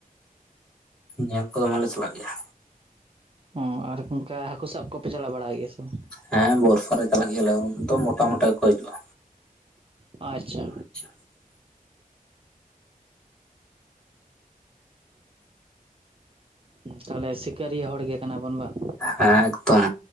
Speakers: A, in the centre; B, on the right.
A: ᱧᱮᱞ ᱠᱚ ᱫᱚᱢᱮᱞᱮ ᱪᱟᱞᱟᱜ ᱜᱮᱭᱟ᱾
B: ᱦᱚᱸ ᱟᱨ ᱚᱱᱠᱟ ᱦᱟᱹᱠᱩ ᱥᱟᱵ ᱠᱚᱯᱮ ᱪᱟᱞᱟᱣ ᱵᱟᱲᱟᱭ ᱜᱮᱭᱟ ᱥᱮ ᱵᱟᱝ?
A: ᱦᱮᱸ ᱵᱚᱨᱥᱟ ᱨᱮ ᱪᱟᱞᱟᱜ ᱜᱮᱭᱟᱞᱮ ᱩᱱ ᱫᱚ ᱢᱚᱴᱟ ᱢᱚᱴᱟ ᱜᱮᱠᱚ ᱦᱤᱡᱩᱜᱼᱟ᱾
B: ᱟᱪᱪᱷᱟ᱾
A: <inaudible>
B: ᱛᱟᱦᱟᱞᱮ ᱥᱤᱠᱟᱹᱨᱤᱭᱟᱹ ᱦᱚᱲ ᱜᱮ ᱠᱟᱱᱟ ᱵᱚᱱ ᱵᱟᱝ?
A: ᱦᱮᱸ ᱮᱠᱫᱚᱢ